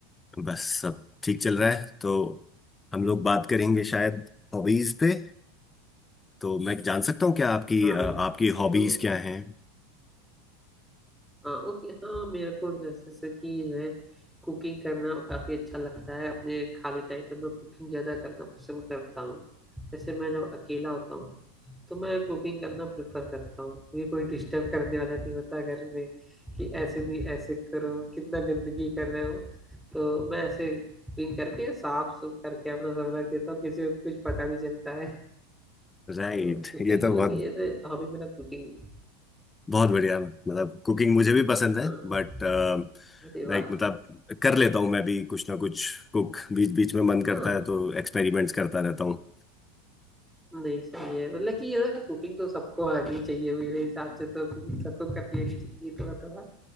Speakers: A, on the left; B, in the centre.
A: बस सब ठीक चल रहा है तो हम लोग बात करेंगे शायद हॉबीज पे तो मैं जान सकता हूँ क्या आपकी
B: हाँ
A: अ,
B: भाई
A: आपकी हॉबीज
B: तो
A: क्या हैं
B: हाँ ओके हाँ मेरे को जैसे जैसे कि जो है कुकिंग करना काफ़ी अच्छा लगता है अपने खाली टाइम पे मैं कुकिंग ज़्यादा करना पसंद करता हूँ जैसे मैं जब अकेला होता हूँ तो मैं कुकिंग करना प्रेफर करता हूँ क्योंकि कोई डिस्टर्ब करने वाला नहीं होता घर में कि ऐसे नहीं ऐसे करो कितना गंदगी कर रहे हो तो मैं ऐसे कुकिंग करके साफ सुफ करके अपना सब रख देता हूँ किसी को कुछ पता नहीं चलता है।
A: राइट
B: तो कुकिंग
A: ये तो
B: मतलब
A: बहुत
B: कि एज ए हॉबी मेरा कुकिंग
A: बहुत बढ़िया मतलब कुकिंग मुझे भी पसंद है
B: हाँ
A: बट
B: अरे वाह
A: लाइक मतलब कर लेता हूँ मैं भी कुछ ना कुछ कुक बीच बीच में मन
B: हाँ
A: करता है तो एक्सपेरिमेंट्स करता रहता हूँ
B: नहीं सही है मतलब कि ये कुकिंग तो सबको आनी चाहिए मेरे हिसाब से तो cooking सबको कर लेनी चाहिए थोड़ा थोड़ा